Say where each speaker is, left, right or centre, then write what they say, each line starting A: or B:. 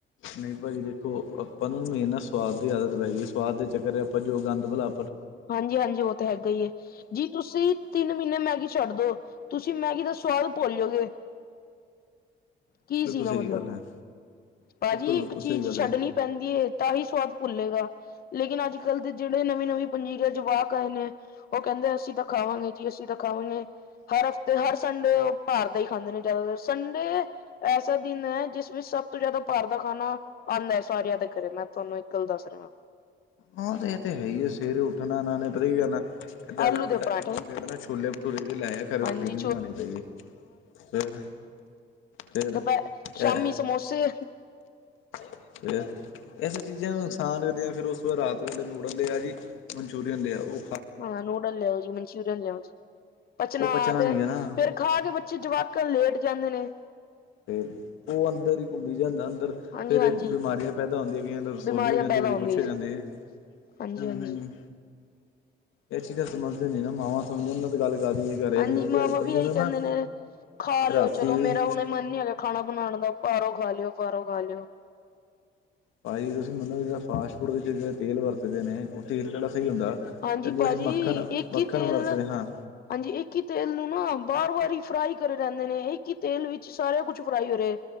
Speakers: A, on the left; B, on the left.
A: ਨਹੀਂ ਭਾਅ ਜੀ ਦੇਖੋ ਆਪਾਂ ਨੂੰ ਮੇਨ ਨਾ ਸੁਆਦ ਦੀ ਆਦਤ ਪੈ ਗਈ ਸੁਆਦ ਦੇ ਚੱਕਰ ਆਪਾਂ ਜੋ ਗੰਦ ਭਲਾ
B: ਹਾਂਜੀ -ਹਾਂਜੀ ਉਹ ਤਾਂ ਹੈਗਾ ਹੀਈ ਹੈ, ਜੀ ਤੁਸੀਂ ਤਿੰਨ ਮਹੀਨੇ ਮੈਗੀ ਛੱਡ ਦੋ ਤੁਸੀਂ ਮੈਗੀ ਦਾ ਸੁਵਾਦ ਭੁਲ ਜਾਓਗੇ ਕੀ
A: ਬਿਲਕੁਲ
B: ਸੀਗਾ
A: ਸਹੀ
B: ਮਤਲਬ,
A: ਗੱਲ ਹੈ,
B: ਭਾਜੀ
A: ਬਿਲਕੁਲ ਬਿਲਕੁਲ
B: ਇੱਕ ਚੀਜ਼
A: ਸਹੀ ਗੱਲ
B: ਛੱਡਣੀ
A: ਹੈ।
B: ਪੈਂਦੀ ਹੈ ਤਾਂ ਹੀ ਸਵਾਦ ਭੁੱਲੇਗਾ, ਲੇਕਿਨ ਅੱਜ ਕੱਲ੍ਹ ਦੇ ਜਿਹੜੇ ਨਵੀਂ- ਨਵੀਂ ਪੰਜੀਰੇ ਜਵਾਕ ਆਏ ਨੇ ਉਹ ਕਹਿੰਦੇ ਅਸੀਂ ਤਾਂ ਖਾਵਾਂਗੇ ਜੀ ਅਸੀਂ ਖਾਵਾਂਗੇ ਹਰ ਹਫਤੇ ਤੇ ਹਰ ਸੰਡੇ ਉਹ ਬਾਹਰ ਦਾ ਹੀ ਖਾਂਦੇ ਨੇ ਜ਼ਿਆਦਾਤਰ ਸੰਡੇ ਐਸਾ ਦਿਨ ਹੈ ਜਿਸ ਵਿੱਚ ਸਭ ਤੋਂ ਜ਼ਿਆਦਾ ਭਾਰ ਦਾ ਖਾਣਾ ਆਉਂਦਾ ਸਾਰਿਆਂ ਦੇ ਘਰੇ ਮੈਂ ਤੁਹਾਨੂੰ ਇੱਕ ਗੱਲ ਦੱਸ ਰਿਹਾ
A: ਹਾਂ ਤੇ ਇਹ ਤੇ ਹੈ ਹੀਏ ਸਵੇਰੇ ਉੱਠਣਾ ਇਹਣਾ ਨੇ ਪਤਾ ਕੀ ਕਰਣਾ ਇਦਾਂ
B: ਆਲੂ
A: ਕਰ
B: ਦੇ
A: ਬੇਟਾ
B: ਪਰਾਂਠੇ
A: ਇਕ ਪਲੇਟ ਨਾ ਛੋਲੇ ਭਟੂਰੇ ਦੀ ਲੈ ਆ ਘਰੇ
B: ਹਾਂਜੀ
A: ਰੋਟੀ ਨੀ ਬਣਾਉਣੀ ਪਏਗੀ ਫਿਰ ਫਿਰ
B: ਦੁਪਹਿਰ ਸ਼ਾਮੀ
A: ਇਹ
B: ਸਮੋਸੇ
A: <unintelligible> ਇਸ ਚੀਜ਼ਾਂ ਨੂੰ ਨੁਕਸਾਨ ਕਰਦੀਆਂ ਫਿਰ ਉਸ ਵਾਰ ਰਾਤ ਨੂੰ ਨੂਡਲਜ਼ ਲੇ ਰਾਜੀ ਮਨਚੂਰੀਅਨ ਦੇ ਆਊ
B: ਹਾਂ ਨੂਡਲ ਲਿਆਓ ਜੀ ਮਨਚੂਰੀਅਨ ਲਿਓ ਜੀ ਪਚਨਾ
A: ਉਹ ਪਚਣਾ
B: ਆਪ
A: ਨੀ
B: ਏ
A: ਹੈ ਨਾ
B: ਫਿਰ ਖਾ ਕੇ ਬੱਚੇ ਜਵਾਕ ਲੇਟ ਜਾਂਦੇ ਨੇ
A: ਤੇ ਉਹ ਅੰਦਰ ਹੀ ਘੁੰਮੀ ਜਾਂਦਾ ਅੰਦਰ
B: ਹਾਂਜੀ-ਹਾਂਜੀ
A: ਫਿਰ ਬਿਮਾਰੀਆਂ ਪੈਦਾ ਹੁੰਦੀਆਂ ਪਈਆਂ ਰਸੋਲੀ
B: ਬਿਮਾਰੀਆਂ
A: ਹੋ ਜਾਂਦੀ
B: ਪੈਦਾ
A: ਕਦੇ
B: ਹੁੰਦੀਆਂ
A: ਕੁਛ
B: ਜੀ
A: ਹੋ ਜਾਂਦੀ ਹੈ।
B: ਹਾਂਜੀ-ਹਾਂਜੀ।
A: ਹੂ-ਹੂ
B: ਹਾਂਜੀ
A: ਇਹ ਚੀਜ਼ਾਂ ਸਮਝਦੇ ਨੇ ਨਾ ਮਾਵਾਂ ਸਮਝਦੇ ਤੇ ਗੱਲ ਕਰਦੀ ਘਰੇ
B: ਹਾਂਜੀ
A: ਇੰਨੀ ਵਧੀਆ
B: ਮਾਵਾ
A: ਬੰਦੇ
B: ਵੀ ਇਹੀ
A: ਨੂੰ
B: ਕਹਿੰਦੇ
A: ਨਾ
B: ਨੇ ਖਾ ਲੋ
A: ਰਾਤੀ
B: ਚਲੋ ਮੇਰਾ ਹੁਣੇ ਮਨ ਨੀ ਹੈਗਾ ਖਾਣਾ ਬਣਾਉਣ ਦਾ ਬਾਹਰੋਂ ਖਾ ਲਿਓ ਬਾਹਰੋਂ ਖਾ ਲਿਓ
A: ਭਾਜੀ ਤੁਸੀਂ ਮੰਨੋਗੇ ਜਿਹੜਾ ਫਾਸਟ ਫੂਡ ਚ ਤੇਲ ਵਰਤਦੇ ਨੇ ਤੇਲ ਕਿਹੜਾ ਸਹੀ ਹੁੰਦਾ ਕਹਿੰਦੇ
B: ਹਾਂਜੀ ਭਾਜੀ
A: ਅਸੀਂ ਮੱਖਣ-
B: ਇੱਕ
A: ਮੱਖਣ
B: ਹੀ ਤੇਲ
A: ਵਰਤਦੇ ਹਾਂ
B: ਹਾਂਜੀ ਇੱਕ ਹੀ ਤੇਲ ਨੂੰ ਨਾ ਵਾਰ ਵਾਰ ਹੀ ਫਰਾਈ ਕਰੇ ਰਹਿੰਦੇ ਨੇ ਇੱਕ ਹੀ ਤੇਲ ਵਿੱਚ ਸਾਰਾ ਕੁਛ ਫਰਾਈ ਹੋ ਰਿਹਾ